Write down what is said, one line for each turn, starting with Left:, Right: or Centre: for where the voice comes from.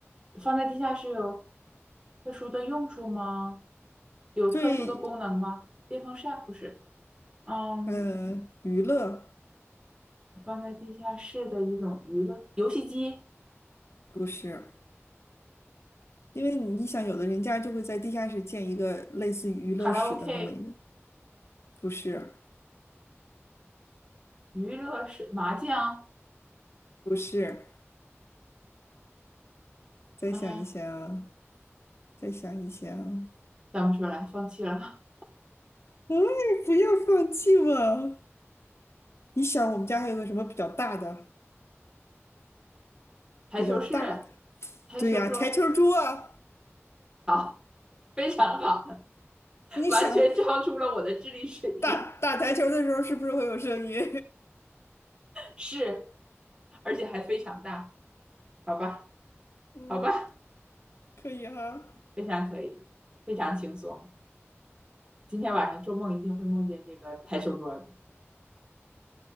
Right: 放在地下室有特殊的用处吗？有特殊的功能吗？
Left: 最
Right: 电风扇不是，嗯，
Left: 呃娱乐
Right: 放在地下室的一种娱乐，游戏机、
Left: 不是，因为你想，有的人家就会在地下室建一个类似于娱乐室的那么一个。
Right: 卡拉 OK、
Left: 不是，
Right: 娱乐室、麻将，
Left: 不是，再想一想，
Right: 嗯，
Left: 再想一想，
Right: 想不出来，放弃了。
Left: 哎，不要放弃嘛！你想，我们家还有个什么比较大的？
Right: 台球室、
Left: 比较大的，
Right: 台球桌，
Left: 对呀、台球桌啊！
Right: 好，非常好，<laughs>
Left: 你想
Right: 完全超出了我的智力水平，
Left: 打打台球的时候，是不是会有声音？
Right: 是，而且还非常大，好吧，
Left: <laughs> 嗯，
Right: 好吧，
Left: 可以哈。
Right: 非常可以，非常轻松。今天晚上做梦一定会梦见这个台球桌的。